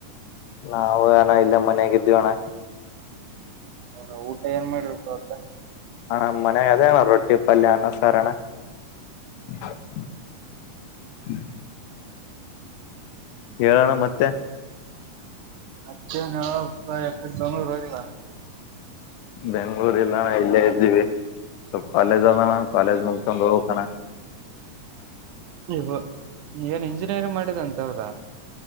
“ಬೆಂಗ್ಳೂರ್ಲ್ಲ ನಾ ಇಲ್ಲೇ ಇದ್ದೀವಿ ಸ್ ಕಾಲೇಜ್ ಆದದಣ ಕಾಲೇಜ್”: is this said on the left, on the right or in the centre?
Left